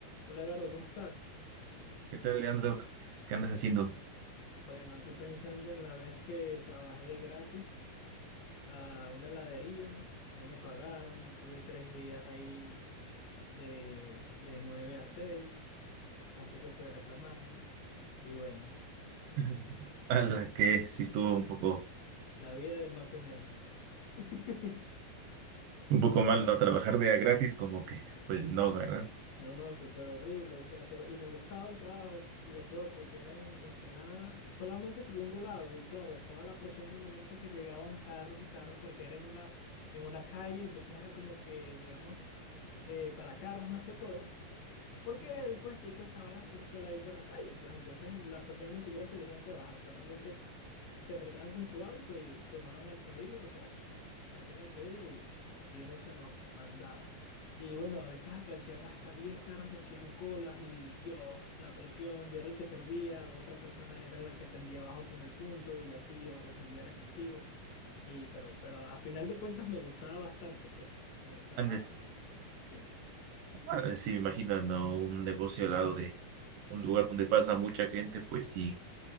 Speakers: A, on the left; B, on the right.
A: Hola Gardo, ¿cómo estás?
B: ¿Qué tal, Leandro? ¿Qué andas haciendo?
A: Bueno, aquí pensando en la vez que trabajé de gratis a una heladería, no me pagaron, estuve tres días ahí de, de 9 a 6, tampoco fui a reclamar, y bueno,
B: <laughs> A la que sí estuvo un poco,
A: la vida del más pendejo. <laughs>
B: un poco mal no trabajar de a gratis, como que, pues no, ¿verdad?
A: No, no, súper horrible, o sea, pero y me gustaba el trabajo, lo peor, porque era, en- en- era solamente sirviendo helados, y claro, estaba la presión del momento que llegaban carros y carros, porque era en una, en una calle, entonces era como que, digamos, eh, para carros más que todo, porque el puestico estaba justo al ladito de la calle, pues entonces las personas ni siquiera se tenían que bajar, solamente se acercaban con su auto y tomaban el pedido, o sea, hacían el pedido y, y uno se los mandaba. Y bueno, a veces aparecían hasta 10 carros y hacían colas y Dios, la presión, yo era el que servía, otra persona era la que tendía abajo con el punto y así, o recibía el efectivo. Y pero, pero a final de cuentas me gustaba bastante, pues, me gustaba,
B: Antes,
A: sí.
B: ah, sí, me imagino, no, un negocio al lado de un lugar donde pasa mucha gente, pues sí,